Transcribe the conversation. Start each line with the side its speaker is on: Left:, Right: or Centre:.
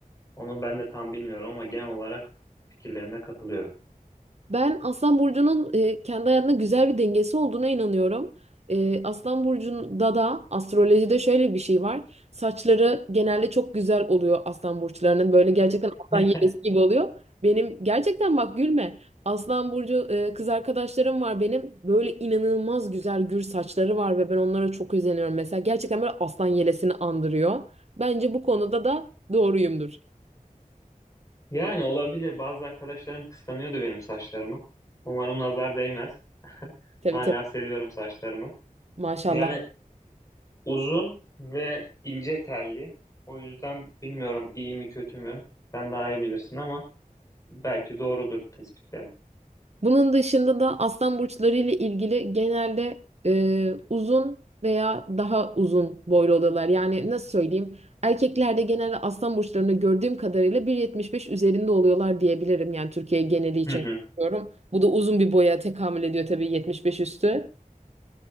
Left: Onu ben de tam bilmiyorum ama genel olarak fikirlerine katılıyorum.
Right: Ben Aslan Burcu'nun e, kendi hayatında güzel bir dengesi olduğuna inanıyorum. E, Aslan Burcu'nda da astrolojide şöyle bir şey var. Saçları genelde çok güzel oluyor Aslan Burçlarının. Böyle gerçekten aslan
Left: <laughs>
Right: yelesi gibi oluyor. Benim gerçekten bak gülme. Aslan Burcu e, kız arkadaşlarım var benim. Böyle inanılmaz güzel gür saçları var ve ben onlara çok özeniyorum. Mesela gerçekten böyle aslan yelesini andırıyor. Bence bu konuda da doğruyumdur.
Left: Yani olabilir. Bazı arkadaşlarım kıskanıyordu benim saçlarımı. Umarım nazar değmez.
Right: Tabii
Left: Hala
Right: tabii
Left: seviyorum saçlarımı.
Right: maşallah.
Left: Yani uzun ve ince telli. O yüzden bilmiyorum iyi mi kötü mü. Sen daha iyi bilirsin ama belki doğrudur tespitler.
Right: Bunun dışında da aslan burçları ile ilgili genelde e, uzun veya daha uzun boylu oluyorlar. Yani nasıl söyleyeyim? Erkeklerde genelde aslan burçlarını gördüğüm kadarıyla 1.75 üzerinde oluyorlar diyebilirim. Yani Türkiye geneli için
Left: Hı hı.
Right: konuşuyorum. Bu da uzun bir boya tekamül ediyor tabii 75 üstü.